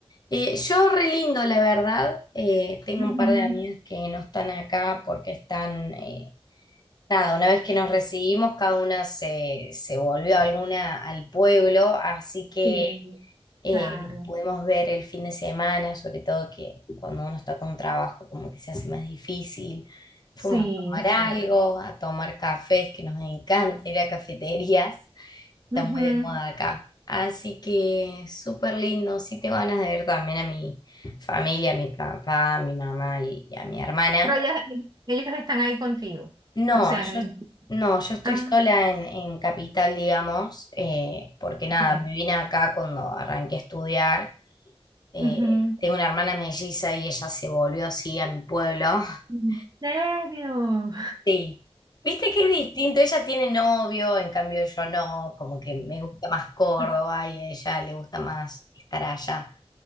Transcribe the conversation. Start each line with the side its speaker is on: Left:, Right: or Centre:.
Left: Eh, yo re lindo, la verdad. Eh, tengo
Right: Ujú,
Left: un par de amigas que no están acá porque están eh, Nada, una vez que nos recibimos, cada una se, se volvió alguna al pueblo, así que
Right: Sí,
Left: eh,
Right: claro,
Left: pudimos ver el fin de semana, sobre todo que cuando uno está con trabajo como que se hace más difícil. Fuimos
Right: sí,
Left: a tomar
Right: es
Left: algo,
Right: cierto.
Left: a tomar cafés, que nos encanta ir a cafeterías, está
Right: Ujú.
Left: muy de moda acá. Así que súper lindo, sí tengo ganas de ver también a mi familia, a mi papá, a mi mamá y y a mi hermana.
Right: Pero ellas- ellos están ahí contigo,
Left: No,
Right: o sea,
Left: yo,
Right: en el...
Left: no, yo estoy
Right: Ah,
Left: sola en, en Capital, digamos, eh, porque nada,
Right: ok.
Left: me vine acá cuando arranqué a estudiar. eh,
Right: Ujú.
Left: tengo una hermana melliza y ella se volvió así a mi pueblo. <laughs>
Right: ¿En serio?
Left: Sí. Viste que es distinto, ella tiene novio, en cambio yo no, como que me gusta más Córdoba
Right: <laughs>
Left: y a ella le gusta más estar allá.